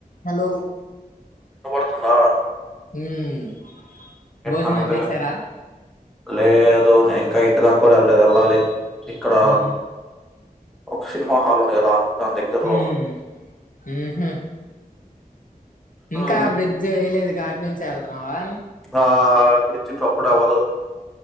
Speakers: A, on the left; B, in the centre.
A: Hello
B: మా
A: హ్మ్ భోజనం
B: సంగతి?
A: చేసారా
B: లేదు నేనింకా ఇంటి దాకా కూడా వెళ్లలేదు వెళ్ళాలి ఇక్కడ
A: మ్మ్.
B: ఒక సినిమా హాల్ ఉంది కదా దాని దగ్గరలో
A: హ్మ్
B: ఉన్నా.
A: ఉహు ఇంకా
B: ఆహ్,
A: బ్రిడ్జ్ ఏయలేదు గాటి నుంచే వెళ్తున్నావా
B: ఆ బ్రిడ్జ్ ఇప్పుడప్పుడే అవ్వదు